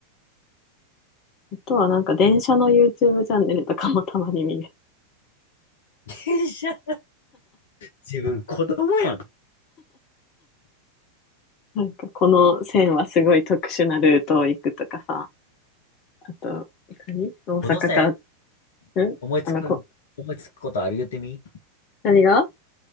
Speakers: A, on the left; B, on the left.
A: あとはなんか電車の YouTube チャンネルとかもたまに見る。
B: 電車、自分子供やん。
A: <laughs> なんかこの線はすごい特殊なルートを行くとかさ。あと、何大阪から
B: どの線
A: んあの、
B: 思いつく、
A: こ、
B: 思いつくことある言ってみ
A: 何が